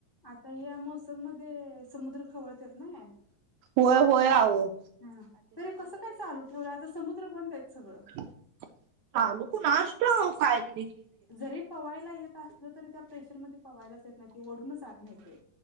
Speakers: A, on the left; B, on the right.
A: आता या मोसम मध्ये समुद्र खवळत्यात ना.
B: होय होय आवो.
A: हा तरी कसं काय चालू ठेवलं आता समुद्र बंद आहेत. सगळं
B: <unintelligible> कुनाश ठाउक काय बाई
A: जरी पवायला येत असलं तरी त्या प्रेशरमध्ये पवायलाच येत नाही वडूनच आत न्हेतय